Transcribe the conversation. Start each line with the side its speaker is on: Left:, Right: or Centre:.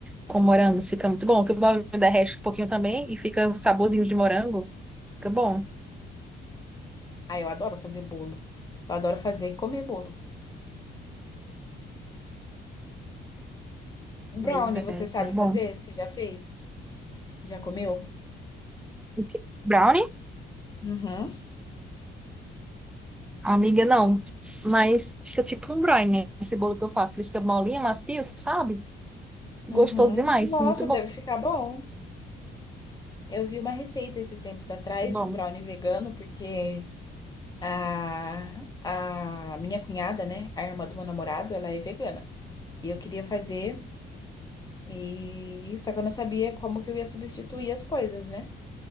Centre: Com morango fica muito bom. Que o morango derrete um pouquinho também e fica um saborzinho de morango. Fica bom.
Left: Ah, eu adoro fazer bolo. Eu adoro fazer e comer bolo. Brownie,
Centre: Mas é,
Left: você sabe
Centre: é
Left: fazer?
Centre: bom.
Left: Você já fez? Já comeu?
Centre: O que- Brownie?
Left: Uhum,
Centre: Amiga, não. Mas fica tipo um brine, né? Esse bolo que eu faço, que ele fica molinho, macio, sabe? Gostoso
Left: uhum.
Centre: demais.
Left: Nossa,
Centre: Muito bom.
Left: deve ficar bom. Eu vi uma receita esses tempos atrás
Centre: Muito bom.
Left: de um brownie vegano, porque a, a minha cunhada, né, a irmã do meu namorado, ela é vegana. E eu queria fazer, e só que eu não sabia como que eu ia substituir as coisas, né?